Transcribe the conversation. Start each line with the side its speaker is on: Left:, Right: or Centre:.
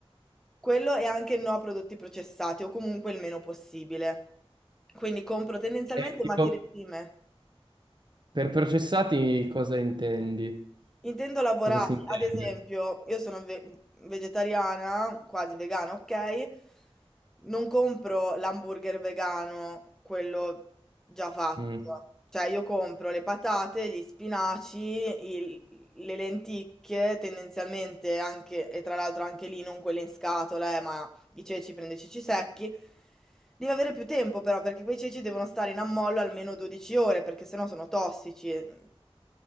Centre: Quello e anche no a prodotti processati o comunque il meno possibile. Quindi compro tendenzialmente
Right: E
Centre: materie
Right: tipo,
Centre: prime.
Right: per processati cosa intendi?
Centre: Intendo lavorati,
Right: Cosa si intende?
Centre: ad esempio, io sono ve- vegetariana, quasi vegana, ok? Non compro l'hamburger vegano, quello già fatto.
Right: Mm,
Centre: Cioè, io compro le patate, gli spinaci, il- le lenticchie, tendenzialmente anche, e tra l'altro anche lì non quelle in scatola, eh, ma i ceci, prende i ceci secchi. Devi avere più tempo però, perché quei ceci devono stare in ammollo almeno 12 ore, perché sennò sono tossici. e-